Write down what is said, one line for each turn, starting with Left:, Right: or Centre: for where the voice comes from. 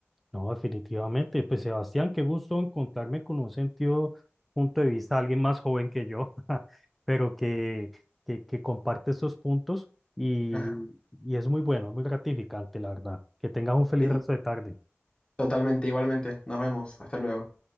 Centre: No, definitivamente. Pues Sebastián, qué gusto encontrarme con un sentido, punto de vista, alguien más joven que yo, <laughs> pero que, que, que comparte estos puntos y,
Left: Ajá.
Centre: y es muy bueno, es muy gratificante, la verdad. Que tengas un feliz
Left: Sí,
Centre: resto de tarde.
Left: totalmente, igualmente. Nos vemos. Hasta luego.